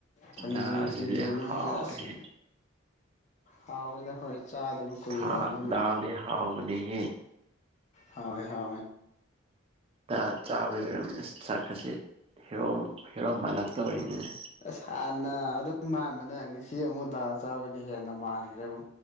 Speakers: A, on the left (about 35°); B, on the right (about 30°).
A: ꯊꯥꯡꯖꯤꯡ
B: ꯗꯥꯜꯁꯤꯗꯤ
A: ꯁꯤꯡꯖꯨꯅꯦ
B: ꯍꯥꯎꯋꯦꯍꯦ
A: ꯑꯁ ꯍꯥꯎꯗ ꯍꯣꯏ ꯆꯥꯗꯕ ꯀꯨꯏꯔꯕꯅꯤꯅ
B: ꯊꯥ ꯗꯗꯥꯗ ꯍꯥꯥꯎꯥꯎꯅꯦꯍ
A: ꯍꯋꯦ ꯍꯦ
B: ꯑꯥ ꯆꯥꯕꯗ ꯑꯣꯏꯔꯕꯅꯤꯅ ꯆꯥꯛꯀꯁꯦ ꯍꯦꯔꯣ ꯍꯦꯔꯣ ꯃꯜꯂꯛꯇ ꯑꯣꯏꯔꯤꯅꯤꯅꯦ
A: ꯑ ꯁꯥꯟꯅ ꯑꯗꯨ ꯃꯥꯟꯕꯅꯦ ꯉꯁꯤ ꯑꯃꯨꯛ ꯗꯥꯜ ꯆꯥꯕꯒꯤ ꯍꯦꯟꯅ ꯃꯥꯟꯈ꯭ꯔꯦꯕꯨ